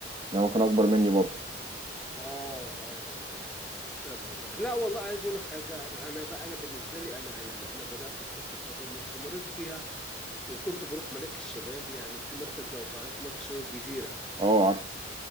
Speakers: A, on the right; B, in the centre.
A: يعني هو كان أكبر مني برضه
B: اه اه اه آه، فاهم قصدك لا والله عايز اقول لك حاجة انا انا بقى انا بالنسبة لي انا يعني انا بدأت بكرة القدم واستمرت فيها وكنت بروح ملاك الشباب يعني في مركز لو تعرفوا مركز شباب الجزيرة
A: أه عارف